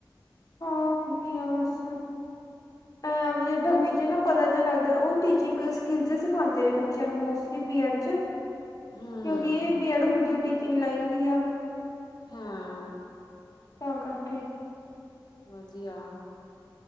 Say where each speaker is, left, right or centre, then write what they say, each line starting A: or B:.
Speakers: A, on the left (about 50°); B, on the left (about 65°).
A: ਹਾਂ ਉਹੀ ਆ ਬਸ ਐ ਵੀ ਜੇ
B: ਕਿਉਂਕਿ
A: ਡਮੀ ਚ ਨਾ ਪਤਾ ਜ ਨਹੀਂ ਲੱਗਦਾ ਉਹ ਟੀਚਿੰਗ ਸਕਿਲ ਸਿਖਾਉਦੇ ਨੇ ਬੱਚਿਆਂ ਨੂੰ ਮੋਸਟਲੀ ਬੀਐਡ ਚ
B: ਹਮ
A: ਕਿਉਂਕਿ ਇਹ ਬੀਐਡ ਹੁੰਦੀ ਹੋ ਟੀਚਿੰਗ ਲਾਈਨ ਲਈ ਆ
B: ਹਾਂ
A: ਤਾਂ ਕਰਕੇ
B: ਮਜੀ ਆ